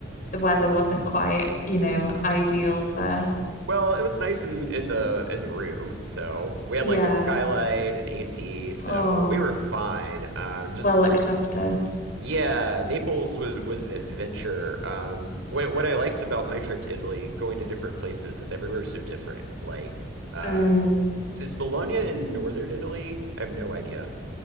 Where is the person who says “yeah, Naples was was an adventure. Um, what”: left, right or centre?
Right